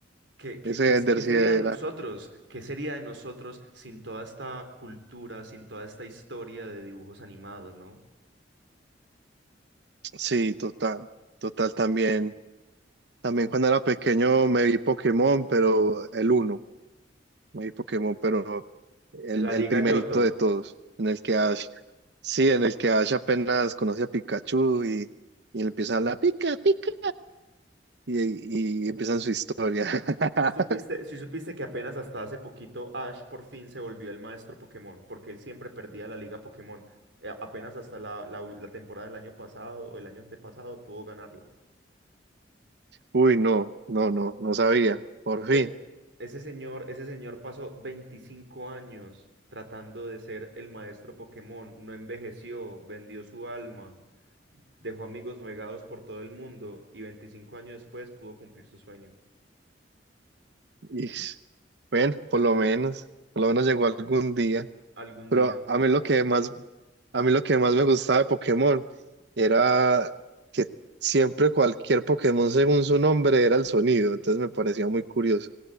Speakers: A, on the right; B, on the right.
A: ¿Qué, qué-
B: Ese
A: qué es-
B: Ender
A: qué sería
B: sí era.
A: de nosotros? ¿Qué sería de nosotros sin toda esta cultura, sin toda esta historia de dibujos animados, ¿no?
B: Sí, total, total también. También cuando era pequeño me vi Pokémon, pero el uno. muy Pokémon, pero el,
A: De la
B: el
A: Liga
B: primerito
A: Yoto.
B: de todos, en el que Ash, sí, en el que Ash apenas conoce a Pikachu y, y le empieza a hablar pica, pica, y, y empiezan su historia. <laughs>
A: Si supiste, si supiste que apenas hasta hace poquito Ash por fin se volvió el maestro Pokémon, porque él siempre perdía la Liga Pokémon. Eh, apenas hasta la, la ul- la temporada del año pasado o el año antepasado pudo ganarla.
B: Uy, no, no, no, no sabía, por
A: Ese,
B: fin.
A: ese señor, ese señor pasó 25 años tratando de ser el maestro Pokémon, no envejeció, vendió su alma, dejó amigos regados por todo el mundo y 25 años después pudo cumplir su sueño.
B: Y, bueno, por lo menos, por lo menos llegó algún día.
A: Algún
B: Pero
A: día,
B: a mí lo que más, a mí lo que más me gustaba de Pokémon era que siempre cualquier Pokémon según su nombre era el sonido, entonces me parecía muy curioso.